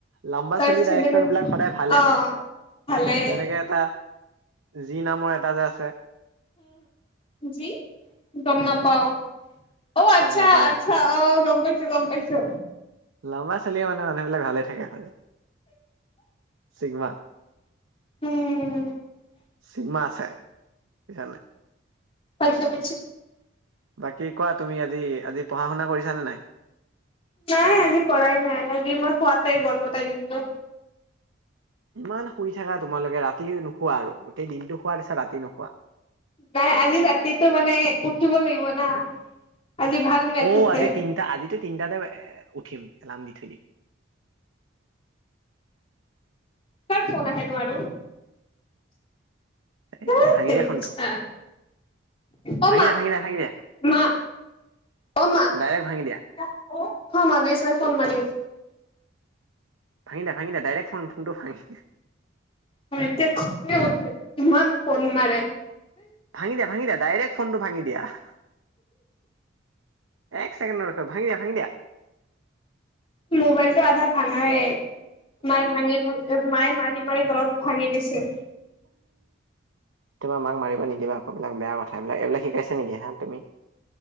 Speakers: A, on the right; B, on the left.
A: লাম্বা
B: তাৰ
A: চলি
B: চিনেমা
A: ডাইৰেক্টৰ বিলাক সদায় ভালে
B: অ
A: হয়
B: ভালে
A: যেনেকে এটা জি নামৰ এটা যে আছে
B: জি গম নাপাও অ আচ্ছা
A: গম নাপালা।
B: আচ্ছা অহ গম পাইছো গম পাইছো
A: লম্বা ছালীয়ে মানে মানুহবিলাক ভাল থাকে সায় চিগমা
B: উম
A: চিগমা আছে বুজিচান নাই
B: <unintelligible>
A: বাকী কোৱা তুমি আজি আজি পঢ়া শুনা কৰিছানে নাই
B: নাই আজি কৰাই নাই আজি মই শোৱাতে গল গোটেই দিনটো
A: ইমান শুই থাকা তোমালোকে ৰাতি নোশোৱা আৰু গোটেই দিনটো শোৱাৰ নিচা ৰাতি নোশোৱা
B: নাই আজি ৰাতিটো মানে উঠিব লাগিব না আজি ভাল মেচ
A: অ
B: আছে
A: আজি তিনটা আজিতো তিনিটাতে এ উঠিম এলাৰ্ম দি থৈ দি
B: কাৰ ফোন আহেনো আৰু ধেৎ
A: এই ভাঙি
B: তেৰিকা
A: দিয়া ফোনটো
B: অ
A: ভাঙি
B: মা
A: দিয়া ভাঙি দিয়া ভাঙি দিয়া
B: মা <unintelligible>
A: ডাইৰেক্ট ভাঙি দিয়া ভাঙি দে ভাঙি দে দাইৰেক্ ফোনটো ভাঙি
B: ম, এতিয়া খঙে উঠে ইমান ফোন মাৰে।
A: ভাঙি দিয়া ভাঙি দিয়া ডাইৰেক্ট ফোনটো ভাঙি দিয়াহ। এক ছেকেণ্ড নৰখ ভাঙি দিয়া ভাঙি দিয়া।
B: মোবাইলটো আধা ভাঙায়ে। মায়ে ভাঙি ভা মায়ে মাৰি মাৰি তলত ভাঙি দিছে।
A: তোমাৰ মাক মাৰিব নিদিবা আক বিলাক বেয়া কথা এইবিলাক এইবিলাক শিকাইছে নেকি হা তুমি